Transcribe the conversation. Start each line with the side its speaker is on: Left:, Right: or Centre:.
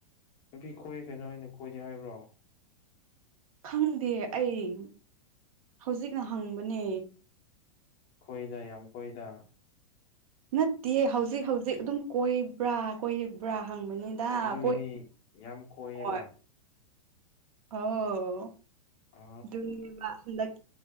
Left: ꯅꯨꯄꯤ ꯀꯣꯏꯌꯦ ꯀꯩꯅꯣ ꯑꯩꯅ ꯀꯣꯏꯗꯦ ꯍꯥꯏꯕ꯭ꯔꯣ
Right: ꯈꯪꯗꯦ ꯑꯩ ꯍꯧꯖꯤꯛꯅ ꯍꯪꯕꯅꯦ
Left: ꯈꯣꯏꯗ ꯌꯥꯝ ꯀꯣꯏꯗ
Right: ꯅꯠꯇꯦ ꯍꯧꯖꯤꯛ ꯍꯧꯖꯤꯛ ꯑꯗꯨꯝ ꯀꯣꯏꯕ꯭ꯔꯥ ꯀꯣꯏꯔꯤꯕ꯭ꯔꯥ ꯍꯪꯕꯅꯤꯗ
Left: ꯑꯗꯨꯒꯤꯅꯤ
Right: ꯀꯣꯏ
Left: ꯌꯥꯝ ꯀꯣꯏꯌꯦꯕ
Right: ꯍꯣꯏ ꯑꯣ
Left: ꯑ
Right: ꯑꯗꯨꯅꯦꯕ ꯍꯟꯗꯛ